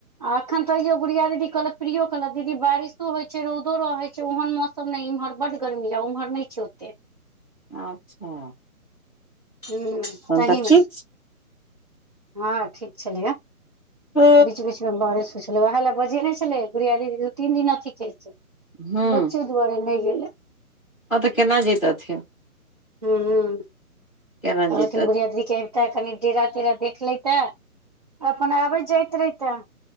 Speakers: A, on the right; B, in the centre.
A: आ एखन तऽयो बुढ़िया दीदी कहलत प्रियो कहलत दीदी बारिशो होइ छै रौदो रहे छै ओहन मौ सब ने इम्हर बड गर्मी या उम्हर नहि छै ओते
B: अच्छा
A: ह
B: तहन
A: तहमे
B: तऽ ठीक
A: हँ ठीक छलिया
B: छै
A: बिच बिच मे बारिश होय छले ओहल बजे न छलै गुडिया दिदि दू तन दिन अथि केलके
B: हूँ
A: बच्चे दुआरे नहि गेलै
B: हँ तऽ केना जयतथि
A: हूँ
B: केना
A: कहलखिन
B: जैतथिन
A: गुड़िया दीदी के ते कनि डेरा तेरा देख ले ते अपन आबैत जाइत रहिते